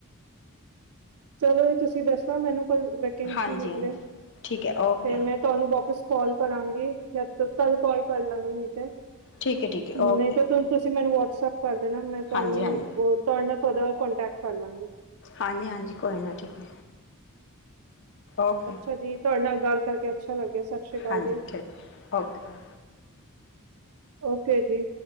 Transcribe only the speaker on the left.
ਹਾਂਜੀ
ਹਾਂਜੀ ਠੀਕ ਹੈ ਓਕੇ
ਠੀਕ ਹੈ ਠੀਕ ਹੈ ਓਕੇ
ਹਾਂਜੀ ਹਾਂਜੀ
ਹਾਂਜੀ -ਹਾਂਜੀ ਕੋਈ ਨਾ ਠੀਕ ਏ ਓਕੇ
ਹਾਂਜੀ
ਠੀਕ ਏ ਓਕੇ